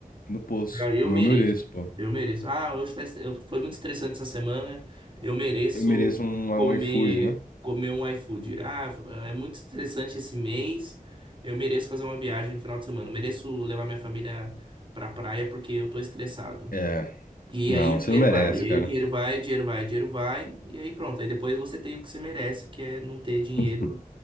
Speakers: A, on the left (about 75°); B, on the right (about 35°).
A: No poço.
B: Cara, eu
A: Ou
B: mereço.
A: eu mereço, pô.
B: Eu mereço. Ah, hoje tá, est- eu, foi muito estressante essa semana. Eu mereço
A: Eu mereço um, um
B: comer
A: iFood, né?
B: comer um iFood. Ah, é muito estressante esse mês. Eu mereço fazer uma viagem no final de semana. Eu mereço levar minha família pra praia porque eu tô estressado.
A: É.
B: E
A: Não,
B: aí o dinheiro
A: você não merece,
B: vai, e aí
A: cara.
B: o dinheiro vai, dinheiro vai, dinheiro vai, e aí pronto. Aí depois você tem o que você merece, que é não ter dinheiro
A: <laughs>